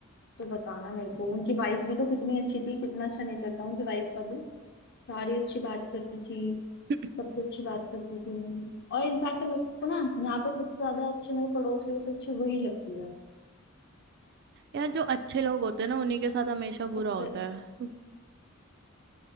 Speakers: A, on the left (about 55°); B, on the right (about 55°).
A: तो बताना मेरे को उनकी वाइफ भी तो कितनी अच्छी थी कितना अच्छा नेचर था उनकी वाइफ का भी सारी अच्छी बात करती थी
B: <clears throat>
A: सबसे अच्छी बात करती थी और इनफैक्ट मेरे को ना यहाँ पे सबसे ज्यादा अच्छी मेरे पड़ोसियों से अच्छी वही लगती है
B: यार जो अच्छे लोग होते हैं ना उन्हीं के साथ हमेशा
A: सबसे
B: बुरा होता है